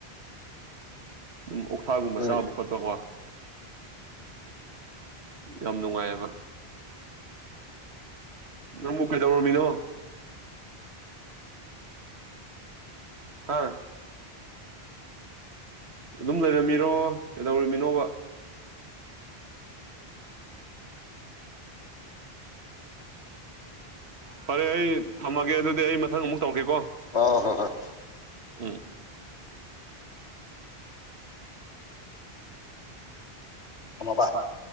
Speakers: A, on the right (about 80°); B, on the left (about 85°).
A: ꯑꯗꯨꯝ ꯑꯣꯛꯊꯥꯒꯨꯝꯕ
B: ꯍꯣꯏ
A: ꯆꯥꯕ ꯈꯣꯠꯄꯀꯣ ꯌꯥꯝ ꯅꯨꯡꯉꯥꯏꯌꯦꯕ ꯅꯪꯕꯨ ꯀꯩꯗꯧꯔꯝꯃꯤꯅꯣ ꯍꯥꯥ ꯑꯗꯨꯝ ꯂꯩꯔꯝꯃꯤꯔꯣ ꯀꯩꯗꯧꯔꯝꯃꯤꯅꯣꯕ ꯐꯔꯦ ꯑꯩ ꯊꯝꯃꯒꯦ ꯑꯗꯨꯗꯤ ꯑꯩ ꯃꯊꯪ ꯑꯃꯨꯛ ꯇꯧꯔꯀꯦꯀꯣ
B: ꯑꯣ ꯍꯣꯏ ꯍꯣꯏ
A: ꯎꯝ
B: ꯊꯝꯃꯕ
A: ꯃꯣꯕꯥꯡ